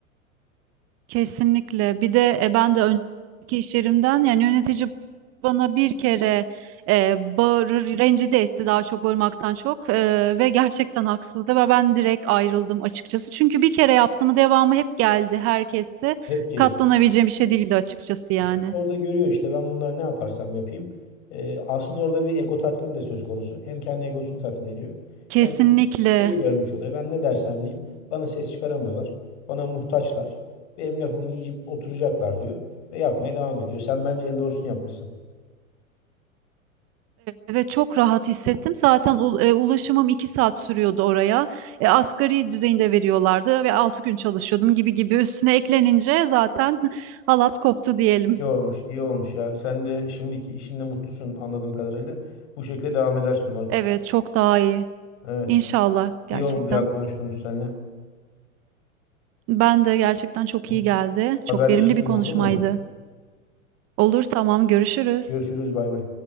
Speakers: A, on the right; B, on the left.
A: Kesinlikle. Bir de e, ben de önceki iş yerimden yani yönetici bana bir kere e, bağırır, rencide etti daha çok bağırmaktan çok E, ve gerçekten haksızdı ve ben direkt ayrıldım açıkçası. Çünkü bir kere yaptığımı devamı hep geldi herkeste.
B: Hep gelir.
A: Katlanabileceğim bir şey değildi açıkçası yani.
B: Çünkü orada görüyor işte ben bunlar ne yaparsam yapayım. Ee, aslında orada bir ego tatmini de söz konusu. Hem kendi egosunu tatmin ediyor.
A: Kesinlikle.
B: Hem de şeyi görmüş oluyor. Ben ne dersem diyeyim. Bana ses çıkaramıyorlar. Bana muhtaçlar. Benim lafımı yiyip oturacaklar diyor. Ve yapmaya devam ediyor. Sen bence en doğrusunu yapmışsın.
A: Evet çok rahat hissettim. Zaten u- e, ulaşımım iki saat sürüyordu oraya. E, asgari düzeyinde veriyorlardı ve altı gün çalışıyordum gibi gibi üstüne eklenince zaten <laughs> halat koptu diyelim.
B: İyi olmuş, iyi olmuş ya. Sen de şimdiki işinde mutlusun anladığım kadarıyla. Bu şekilde devam edersin umarım.
A: Evet çok daha iyi.
B: Evet.
A: İnşallah
B: İyi
A: gerçekten.
B: oldu ya konuştuğumuz seninle.
A: Ben de gerçekten çok
B: Tamam.
A: iyi geldi. Çok
B: Haberleşiriz
A: verimli bir
B: yine
A: konuşmaydı.
B: olur mu?
A: Olur tamam görüşürüz.
B: Görüşürüz bay bay.